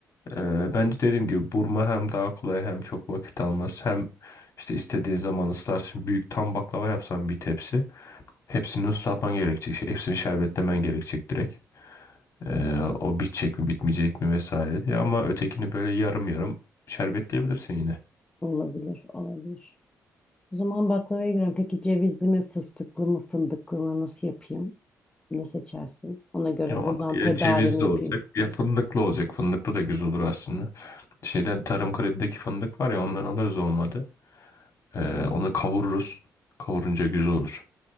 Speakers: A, on the left; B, on the left.
A: e, bence dediğim gibi burma hem daha kolay hem çok vakit almaz hem işte istediğin zaman ıslarsın. Büyük tam baklava yapsan bir tepsi. Hepsini ıslatman gerekecek. Şey, Hepsini şerbetlemen gerekecek direkt. Ee, o bitecek mi bitmeyecek mi vesaire diye. Ama ötekini böyle yarım yarım şerbetleyebilirsin yine.
B: Olabilir, olabilir. O zaman baklavaya girelim. Peki cevizli mi, fıstıklı mı, fındıklı mı nasıl yapayım? Ne seçersin? Ona göre
A: Ya,
B: buradan
A: ya
B: tedarim
A: cevizli
B: yapayım.
A: olacak ya fındıklı olacak. Fındıklı da güzel olur aslında. Şeyden tarım kredideki fındık var ya ondan alırız olmadı. Ee, onu kavururuz. Kavurunca güzel olur.